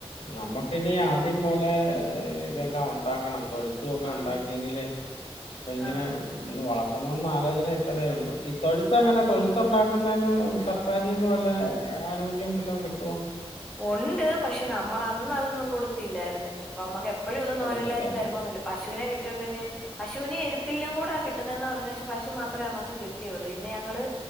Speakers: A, on the left; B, in the centre.
A: നമ്മക്കിനി ആദ്യം മൊയലെ ഏഹ് ഇതെല്ലാം ഒണ്ടാക്കണം. തൊഴുത്തും ഒക്കെ
B: ആ
A: ഒണ്ടാക്കിയെങ്കിലെ പ്പൊ ഇങ്ങനെ
B: ആ
A: ഒന്ന് വളർത്തണോന്ന് ആലോചന ഇട്ടതേ ഒള്ളൂ. ഈ തൊഴുത്തെങ്ങനെ
B: ആ
A: തൊഴുത്തുണ്ടാക് ക്ന്നേന് സർക്കാരീന്ന് വല്ല ആനുകൂല്യം വല്ലോം കിട്ടുവൊ?
B: ഒണ്ട്. പക്ഷെ നമ്മളതൊന്നും കൊടുത്തില്ലാര്ന്ന്. ഇപ്പമ്മക്ക് എപ് എപ്പോഴൊന്നും
A: കൊടുത്തില്ലായിരുന്നു
B: നോരെല്ലാരും തെരണോന്നില്ല. പശുവിനെ കിട്ട്യോണ്ട് ഇനി പശൂനേം എരുത് ഴുത്തിലിനൂടാ കിട്ടുന്നെന്ന് പറഞ്ഞ്. പക്ഷെ പശു മാത്രെ നമ്മക്ക് കിട്ടിയുള്ളൂ. പിന്നെ ഞങ്ങള്